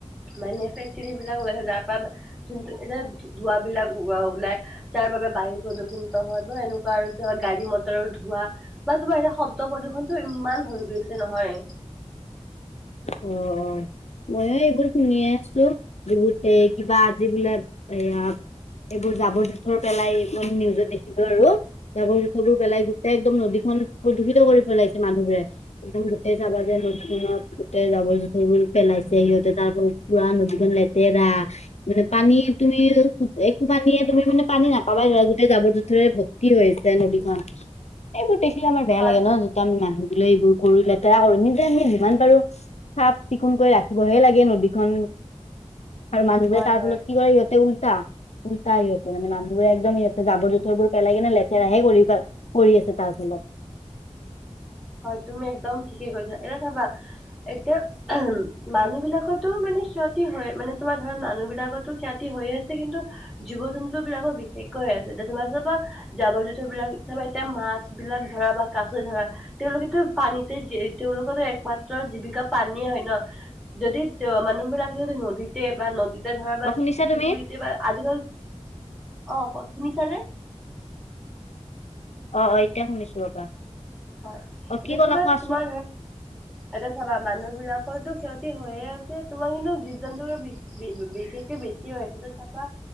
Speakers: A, in the centre; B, on the left.
A: মানে, ফেক্টৰী বিলাক ওলাইছে যাৰ পৰা, যোনটো এতিয়া ধুৱাঁবিলাক ওলাই। তাৰ বাবে বায়ু প্ৰদূষণিত হয় বা এনেকুৱা আৰু ধৰ গাড়ী-মটৰৰ ধোৱা। বা তোমাৰ এতিয়া, শব্দ প্ৰদূ্ষনটো ইমান হৈ গৈছে নহয়।
B: অ', অ'। ময়ো এইবোৰ শুনিয়ে আছো, বহুতে কিবা আজি বোলে এইয়া এইবোৰ জাবৰ-জোথৰ পেলাই, মানে নিউজত দেখিলো আৰু। জাবৰ-জোথবোৰ পেলাই, গোটেই একদম নদীখন প্ৰদূষিত কৰি পেলাইছে মানুহবোৰে। একদম গোটেই চাবা যে নদীখনত তে জাবৰ-জোথৰবোৰ পেলাইছে, সিহঁতে তাৰ ফলত পুৰা নদীখন লেতেৰা। মানে, পানী তুমি একো পানীয়ে তুমি মানে পানী নাপাবা, ধৰা গোটেই জাবৰ-জোথৰে ভৰ টি হৈছে আছে নদীখন। এইবোৰ দেখিলে আমাৰ বেয়া
A: হয়
B: লাগে ন, যেতিয়া আমি মানুহ দিলে এইবোৰ কৰি লেতেৰা কৰোঁ, নি যে আমি যিমান পাৰো চাফ-চিকুণকৈ ৰাখিবহে লাগে নদীখন। আৰু মানুবোৰে
A: হয়
B: তাৰ
A: হয়
B: ফলত কি কৰে, সিহঁতে উল্টা, উল্টা সিহঁতে মানে মানুহ বোৰে একদম, ইিহঁতে জাবৰ-জোথৰবোৰ পেলাই কিনে লেতেৰাহে কৰি, কৰি আছে তাৰ ফলত।
A: হয়, তুমি একদম ঠিকে কৈছা, এটা চাবা এতিয়া মানুহ বিলাকতো মানে ক্ষতি হয় মানে, তোমাৰ ধৰা মানুহ বিলাকতো ক্ষতি হৈয়ে আছে। কিন্তু জীৱ-জন্তু বিলাকৰ বিশেষকৈ হৈ আছে, এতিয়া তোমাৰ চাবা জাৱঁৰ-জোথঁৰ বিলাক এতিয়া, মাছ বিলাক ধৰা বা কাষো ধৰা। তেওঁলোকেতো পানীতে তেওঁলোকৰো, একমাত্ৰ জীৱিকা পানীয়ে হয় ন। যদি, তে মানুহ বিলাকে যদি নদীতে বা নদীত ধৰা বা
B: অ শুনিছা তুমি
A: পুখুৰীতে বা আজিকালি, অ', ক শুনিছানে
B: অ', অ', এতিয়া শুনিছো ৰ'বা।
A: হয়,
B: অ
A: এতিয়া
B: কি ক'লা
A: চাবা তোমাৰ ধৰা
B: <inaudible>
A: এতে চাবা মানুহ বিলাকৰো ক্ষতি হৈয়ে আছে তোমাৰ কিন্তু জীৱ জন্তু বি-বিশেষকে বেছি হৈ হৈছে ত চাফা